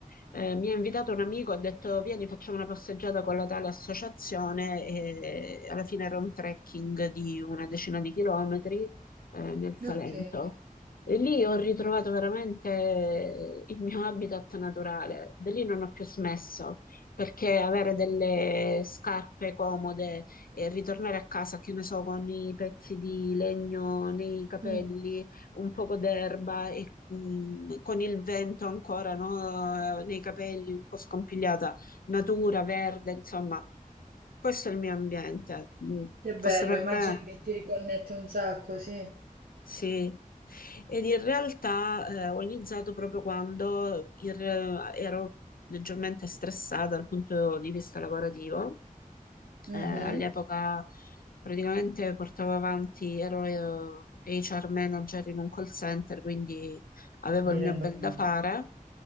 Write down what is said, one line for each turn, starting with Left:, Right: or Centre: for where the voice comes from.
Left: Eh, mi ha invitato un amico, ha detto vieni facciamo una passeggiata con la tale associazione e alla fine era un trekking di una decina di chilometri eh, nel Salento.
Right: Ok,
Left: E lì ho ritrovato veramente il mio habitat naturale. Da lì non ho più smesso perché avere delle scarpe comode e ritornare a casa, che ne so, con i pezzi di legno nei capelli,
Right: Mm,
Left: un poco d'erba e mm, con il vento ancora, no, nei capelli, un po' scompigliata, natura, verde, insomma, questo è il mio ambiente. Mm,
Right: che bello,
Left: Fosse per
Right: immagino
Left: me,
Right: che ti riconnette un sacco, sì.
Left: sì. Ed in realtà eh, ho iniziato proprio quando in re- ero leggermente stressata dal punto di vista lavorativo
Right: Mhm,
Left: eh, all'epoca praticamente portavo avanti, ero eh, HR manager in un call center, quindi avevo
Right: Mi
Left: il
Right: rendo
Left: mio bel
Right: conto.
Left: da fare